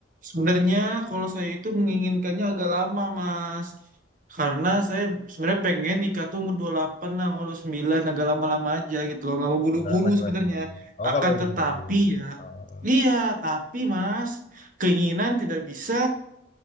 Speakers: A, on the right (about 45°); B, on the left (about 35°).
A: sebenarnya kalau saya itu menginginkannya agak lama, Mas. Karena saya sebenarnya pengen nikah tuh umur 28 lah, umur dua puluh sembilan agak lama-lama aja gitu loh. Nggak mau buru-buru
B: delapan dua
A: sebenarnya.
B: 29. Oh, nggak
A: Akan
B: mau berdua.
A: tetapi ya,
B: Oh,
A: iya, tapi Mas, keinginan tidak bisa